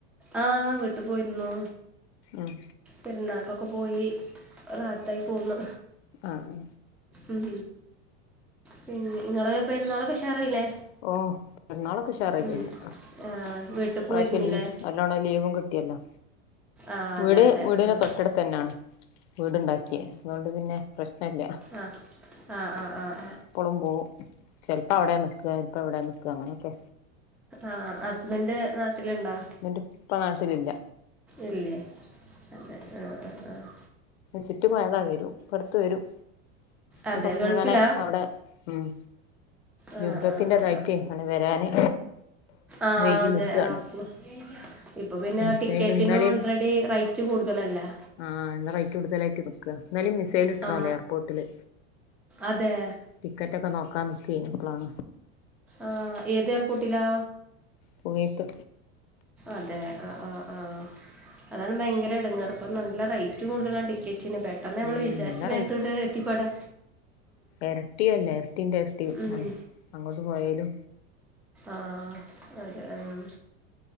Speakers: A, in the centre; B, on the left.
A: ആഹ് വീട്ട് പോയിരുന്നു.
B: ആഹ്.
A: പെര്ന്നാക്കൊക്കെ പോയി റാഹത്തായി പോന്ന്.
B: ആഹ്.
A: ഉം പിന്നെ നിങ്ങള് പെരുന്നാളൊക്കെ ഉഷാറായില്ലേ?
B: ഓഹ് പെരുന്നാളൊക്കെ ഉഷാറായിക്കഴിഞ്ഞ്.
A: ഉം ആഹ് വീട്ടിൽ
B: ഇപ്രാവശ്യല്ലി
A: പോയിരുന്നില്ലേ
B: ന്നോണെ ലീവും കിട്ടിയല്ലോ.
A: ആഹ്
B: വീട്
A: അതെ അതെ
B: വീടിന്
A: ആഹ്
B: തൊട്ടട്ത്ത് തന്നെയാണ് വീട്ണ്ടാക്കിയെ. അതോണ്ട് പിന്നെ പ്രശ്നില്ല.
A: അഹ് ആഹ് ആഹ് ആഹ്.
B: എപ്പളും പോവും. ചെലപ്പോ അവിടെയാ നിക്ക ഇപ്പ ഇവിടെയാ നിക്ക. അങ്ങനൊക്കെ
A: ആഹ് ഹസ്ബന്റ് നാട്ടിലുണ്ടോ?
B: ഇവന്റെ ഉപ്പ നാട്ടിലില്ല.
A: ഇല്ലേ? അതെ. ആഹ് ആഹ് ആഹ്.
B: ശിട്ട് പോയതാ വരും. ഇപ്പട്ത്ത് വരും.
A: അതെ
B: ഇപ്പ
A: ഗൾഫിലാ
B: ഇങ്ങനെ ഇടെ ഉം.
A: ആ
B: യുദ്ധത്തിന്റെ
A: ആ ആ
B: ഇതായിറ്റെ അങ്ങനെ വരാന്
A: ആഹ്
B: വൈകി
A: അതെ
B: നിക്കാണ്
A: അപ്പൊ ഇപ്പൊ പിന്നെ
B: ഇസ്രായേൽ
A: ടിക്കറ്റിനും
B: ഇന്നലെയും
A: ഓൾറെഡി റൈറ്റ് കൂട്തലല്ലേ?
B: ആഹ് ഇന്ന് റേറ്റ് കൂടുതലായിട്ട് നിക്ക്വാ. ഇന്നലെയും മിസൈല് വിട്ടിന്
A: ആ
B: പോലും എയർപോർട്ടില്.
A: അതെ
B: ടിക്കറ്റൊക്കെ നോക്കാ നിക്കെയ്ന്, അപ്പളാണ്.
A: ആഹ് ഏത് എയർപോർട്ടിലാ?
B: കുവൈത്ത്.
A: അതെ ആഹ് ആഹ് ആഹ്. അതാണ് ഭയങ്കര എടങ്ങേറ് ഇപ്പൊ നല്ല റേറ്റ് കൂടുതലാണ് ടിക്കറ്റിന്. പെട്ട് ട്ടന്ന് നമ്മൾ
B: ഉം
A: വിചാരിച്ച
B: നല്ല
A: നേരത്തൊട്ട് എത്തിപെടാ
B: എരട്ടിയു അല്ല. എരട്ടീന്റെ എരട്ടിയു
A: ഉം.
B: ആഹ്. അങ്ങോട്ട് പോയേലു.
A: ആഹ് അതെ ഉം.